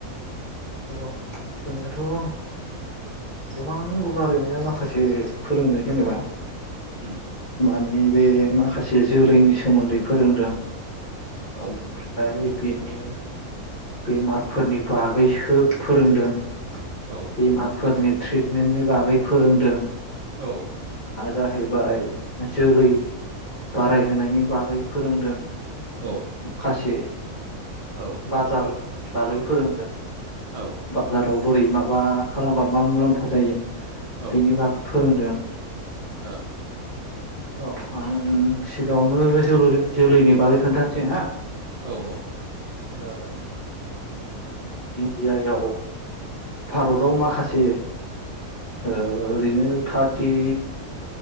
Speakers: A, on the left; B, on the right.
A: जोंङोथ' गोबां गुवारैनो माखासे फोरोंनो जेनेबा
B: उम
A: मानि बे माखासे जोलैनि सोमोन्दै फोरोंदों
B: औ
A: ओय बिनि बेमारफोरनि बागैसो फोरोंदों
B: औ
A: बेमारफोरनि ट्रिटमेन्टनि बागै फोरोंदों
B: औ
A: जाहैबाय जोलै बारायहोनायनि बागै फोरोंदों
B: औ
A: खासे
B: औ
A: सार बागै फोरोंदों
B: औ।
A: बाजाराव बोरै माबा खालामबा मा मुलाम्फा जायो
B: औ
A: बेनि बाग फोरोंदों।
B: ओ।
A: अ आं सिगाङावनो जोलै-जोलैनि बागै खोन्थानोसै हा।
B: औ औ।
A: ओ। इण्डियायाव भारतआव माखासे ओरैनो थार्टि